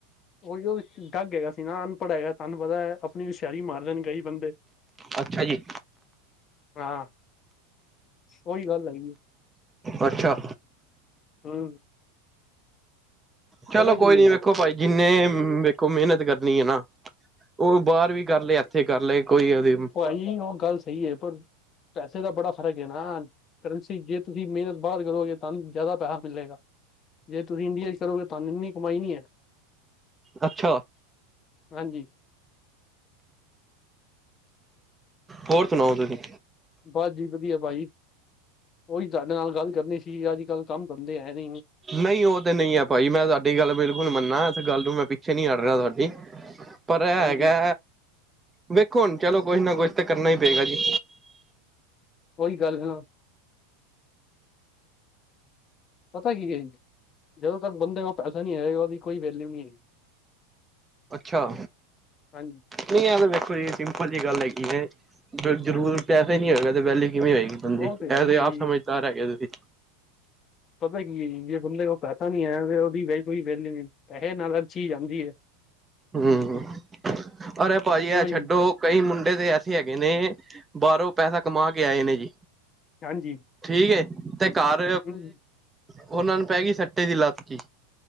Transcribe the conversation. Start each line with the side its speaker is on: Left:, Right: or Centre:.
Left: ਓਈ ਓ ਡੱਗ ਹੇਗਾ ਸੀ ਨਾ, ਅਨਪੜ ਹੈਗੈ ਤ੍ਹਾਨ ਪਤੈ ਆਪਨੀ ਹੂਸੇ਼ਆਰੀ ਮਾਰਦੇਣ ਕਈ ਬੰਦੇ।
Right: ਅੱਛਾ ਜੀ।
Left: ਹਾਂ, ਓਈ ਗਾੱਲ ਹਾਈ ਏ।
Right: ਅੱਛਾ।
Left: ਹੂੰ।
Right: ਚਲੋ
Left: ਪਤਾ ਕੀ
Right: ਕੋਈ
Left: ਹੈ
Right: ਨੀ, ਵੇਖੋ ਭਾਈ ਜਿੰਨੇ ਵੇਖੋ ਮੇਹਨਤ ਕਰਨੀ ਏ ਨਾ ਓ ਬਾਰ ਵੀ ਕਾਰ ਲੈ, ਐਥੇ ਕਾਰ ਲੈ ਕੋਈ ਓਦੀ
Left: <inaudible> ਸਈ ਏ। ਪਰ ਪੈਸੇ ਦਾ ਬੜਾ ਫ਼ਰਕ ਏ ਨਾ, ਕਰੰਸੀ ਜੇ ਤੁਸੀਂ ਮੇਨਤ ਬਾਰ ਕਰੋਗੇ। ਤੁਹਾਨੂੰ ਜ਼ਿਆਦਾ ਪੈਹਾ ਮਿਲੇਗਾ, ਜੇ ਤੁਸੀਂ ਇੰਡੀਆ ਚ ਕਰੋਗੇ ਤੁਆਨੂੰ ਇੰਨੀ ਕਮਾਈ ਨੀ ਹੈ
Right: ਅੱਛਾ
Left: ਹਾਂਜੀ।
Right: ਹੋਰ ਸੁਨਾਓ ਤੁਸੀਂ?
Left: ਬਾਸ ਜੀ ਵਦੀਆ ਭਾਜੀ, ਓਈ ਤੁਆਡੇ ਨਾਲ ਗਾੱਲ ਕਰਨੀ ਸੀ ਆਜ-ਕਾੱਲ ਕਾੰਮ ਬਨਦੇ ਹੈ <inaudible>
Right: ਨਈ ਓ ਤੇ ਨਈ ਐ ਭਾਜੀ, ਮੈਂ ਤਾੱਡੀ ਗਾੱਲ ਬਿਲਕੁਲ ਮੰਨਾ ਇਸ ਗੱਲ ਨੂੰ ਮੈਂ ਪਿੱਛੇ ਨੀ ਹਾਟ ਰੇਆ ਤਾੱਡੀ। ਪਰ ਐ ਹੈਗੈ,
Left: ਹਾਂਜੀ
Right: ਵੇਖੋ ਹੋਨ ਚਲੋ ਕੋਛ ਨਾ ਕੋਛ ਤਾਂ ਕਰਨਾ ਈ ਪੇਗਾ ਜੀ।
Left: ਓਈ ਗਾੱਲ ਏ ਨਾ। ਪਤਾ ਕੀ ਏ, ਜਦੋਂ ਤੱਕ ਬੰਦੇ ਕੋਲ ਪੈਸਾ ਨਈ ਆਏਗਾ ਓਦੀ ਕੋਈ ਵੈਲਿਊ ਨੀ ਏ।
Right: ਅੱਛਾ,
Left: ਹਾਂਜੀ
Right: ਨਈ ਐ ਤੇ ਵੇਖੋ ਜੀ ਸਿੰਪਲ ਜੀ ਗਾੱਲ ਹੈਗੀ ਏ ਜ ਜਰੂਰ
Left: ਹਾਂਜੀ
Right: ਪੈਸੇ ਨੀ ਹੋਏਗਾ, ਤੇ ਵੈਲਊ ਕਿਵੇਂ ਹੋਏਗੀ ਬੰਦੇ
Left: ਉਹ
Right: ਦੀ
Left: ਹੈ
Right: ਐ
Left: ਹੀ
Right: ਤੇ
Left: ਹੈ ਜੀ
Right: ਆਪ ਸਮਜਦਾਰ ਹੈਗੇ ਓ ਤੁਸੀ।
Left: ਪਤਾ ਕੀ ਐ ਜੀ, ਜੇ ਬੰਦੇ ਕੋਲ ਪੈਸਾ ਨੀ ਐ ਫੇਰ ਓਦੀ ਕੋਈ ਵੈਲਊ ਨੀ ਪੈਹੇ ਨਾਲ ਹਰ ਚੀਜ ਆਂਦੀ ਏ।
Right: ਹੂੰ, ਅਰੇ ਭਾਜੀ
Left: ਕਿਉਂ
Right: ਐ
Left: ਜੀ
Right: ਛੱਡੋ ਕਈ ਮੁੰਡੇ ਤੇ ਐਸੇ ਹੈਗੇ ਨੇ, ਬਾਰੋਂ ਪੈਸਾ ਕਮਾ ਕੇ ਆਏ ਨੇ ਜੀ
Left: ਹਾਂਜੀ
Right: ਠੀਕ ਏ, ਤੇ ਘਰ
Left: ਹੂੰ
Right: ਓਹਨਾਂ ਨੂੰ ਪੈ ਗਈ ਸੱਟੇ ਦੀ ਲਾਤ ਕੀ?